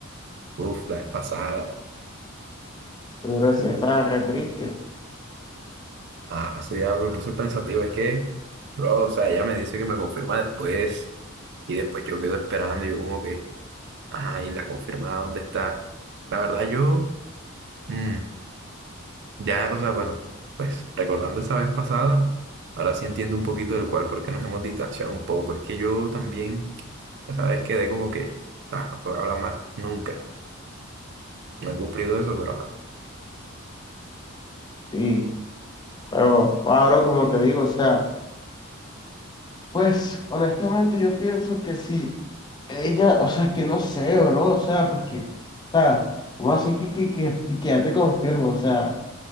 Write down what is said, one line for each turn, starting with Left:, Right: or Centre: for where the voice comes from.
Right: Uf, la vez pasada.
Left: pero sí
Right: uf,
Left: estaba re triste,
Right: ah, ese día me puse pensativo, es que, bro, o sea, ella me dice que me confirma después y después yo quedo esperando, yo como que... Ah, y la confirmada, ¿dónde está? La verdad, yo, mm, ya, o sea, bueno, pues recordando esa vez pasada, ahora sí entiendo un poquito del cual, porque nos hemos distanciado un poco. Es que yo también, esa vez quedé como que, ah, no puedo hablar más, nunca. No he cumplido eso, pero ajá,
Left: sí, pero Pablo, como te digo, o sea, pues, honestamente yo pienso que sí, ella, o sea, que no sé, bro, o sea, porque, o sea, como así que, que, que, que ya te confirmo, o sea,